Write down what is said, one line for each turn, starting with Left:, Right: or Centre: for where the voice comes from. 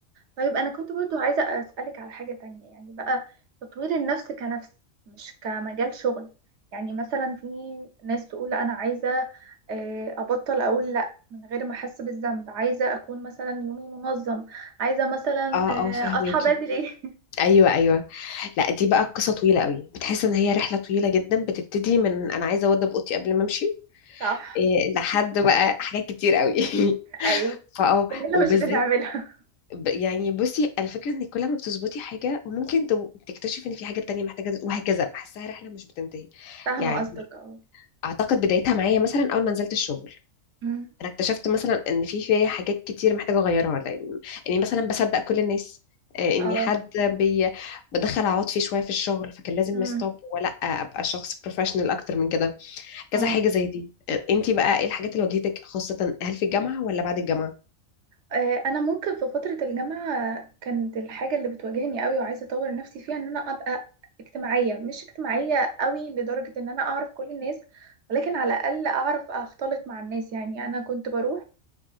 Right: طيب أنا كنت برضو عايزة أسألك على حاجة تانية يعني بقى تطوير النفس كنفس مش كمجال شغل يعني مثلا في ناس تقول لا أنا عايزة آه، أبطل أقول لأ من غير ما أحس بالذنب عايزة أكون مثلا يومي منظم عايزة مثلا
Left: اه اه فهماكي
Right: آه، أصحى بدري
Left: ايوه ايوه لا دي بقى قصة طويلة قوي بتحس ان هي رحلة طويلة جدا بتبتدي من انا عايزة اوضب اوضتي قبل ما امشي
Right: <laughs> صح
Left: إيه لحد بقى حاجات كتير قوي <laughs>
Right: أيوه
Left: فاه
Right: كلنا
Left: وبالذات
Right: مش بنعملها
Left: ب- يعني بصي الفكرة ان كل ما بتظبطي حاجة ممكن تو- تكتشفي ان في حاجة تانية محتاجة تت- وهكذا بحسها رحلة مش بتنتهي
Right: <laughs> فاهمة
Left: يعني
Right: قصدك اه
Left: اعتقد بدايتها معايا مثلا اول ما نزلت الشغل
Right: أمم،
Left: انا اكتشفت مثلا ان في فيا حاجات كتير محتاجه اغيرها لان اني مثلا بصدق كل الناس آه، اني
Right: اه
Left: حد بي... بدخل عواطفي فيه شويه في الشغل فكان لازم
Right: أمم،
Left: ستوب ولا ابقى شخص بروفيشنال اكتر من كده كذا
Right: اه
Left: حاجه زي دي آه، انتي بقى ايه الحاجات اللي واجهتك خاصه هل في الجامعه ولا بعد الجامعه
Right: آه، انا ممكن في فتره الجامعه كانت الحاجه اللي بتواجهني قوي وعايزه اطور نفسي فيها ان انا ابقى اجتماعيه مش اجتماعيه قوي لدرجه ان انا اعرف كل الناس ولكن على الاقل اعرف اختلط مع الناس يعني انا كنت بروح